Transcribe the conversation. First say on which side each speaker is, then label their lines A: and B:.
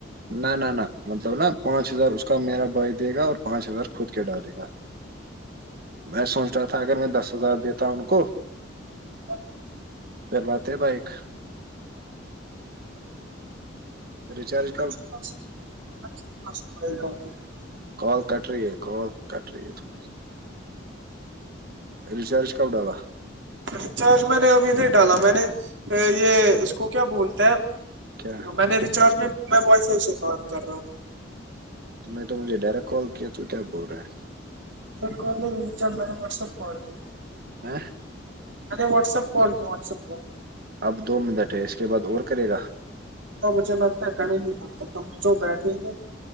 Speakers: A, on the right; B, on the right.
A: نہ نہ نہ مطلب نا پانچ ہزار اس کا میرا بھائی دے گا اور پانچ ہزار خود کے ڈالے گا میں سوچ رہا تھا اگر میں دس ہزار دیتا ان کو
B: <inaudible>
A: پھر لاتے بایک ریچارج <unintelligible>
B: <inaudible>
A: کال کٹ رہی ہے کال کٹ رہی ہے تھوڑیی ریچارج کب‌ ڈالا
B: ریچارج میں نے ابھی نہیں ڈالا میں نے یہ اس کو کیا بولتے ہیں
A: کیا
B: میں نے ریچارج نہیں میں وائی فائی سے بات کر رہا ہوں
A: تو نے تو مجھے ڈائریکٹ کال کیا تو کیا بول رہے ہے
B: ڈایریکٹ کال نہیں میری جان میں نے وٹسپ کال کی
A: <unintelligible>
B: میں نے واٹسپ کول کی واٹسپ کول
A: اب دو منٹ ہے اس کے بعد اور کرے گا
B: وہ مجھے لگتا ہے کریں گے تب تک ہم جو بیٹھیں ہی ہے